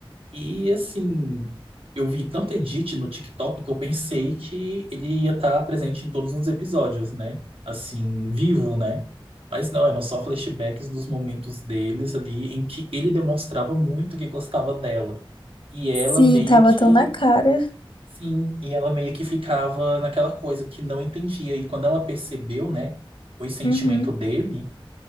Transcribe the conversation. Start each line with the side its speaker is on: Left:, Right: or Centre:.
Right: e, assim, eu vi tanto edit no TikTok que eu pensei que ele ia estar presente em todos os episódios, né, assim, vivo, né, mas não, eram só flashbacks dos momentos deles ali, em que ele demonstrava muito que gostava dela, e ela
Left: Sim,
Right: meio
Left: tava
Right: que
Left: tão na cara.
Right: Sim, e ela meio que ficava naquela coisa que não entendia. E quando ela percebeu, né, o sentimento
Left: Uhum.
Right: dele,